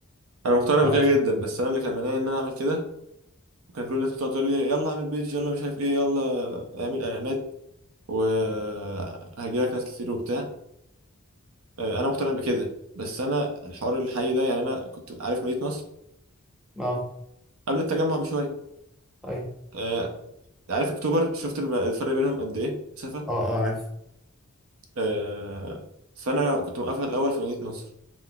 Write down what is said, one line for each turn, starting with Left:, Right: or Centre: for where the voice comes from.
Right: انا مقتنع
Centre: اه
Right: بكده جدا بس انا اللي كان مانعني ان انا اعمل كده وكان كل الناس بتقعد تقول لي يلا اعمل بيج يلا مش عارف ايه يلا اعمل اعلانات وهجيلك ناس كتير وبتاع آه، انا مقتنع بكده بس انا الحوار الحقيقي ده يعني انا كنت عارف مدينه نصر
Centre: اه
Right: قبل التجمع بشويه
Centre: أي.
Right: آه، عارف اكتوبر شفت الم- الفرق بينهم قد ايه مسافه
Centre: اه اه عارف
Right: آه، فانا كنت مقفل الاول في مدينه نصر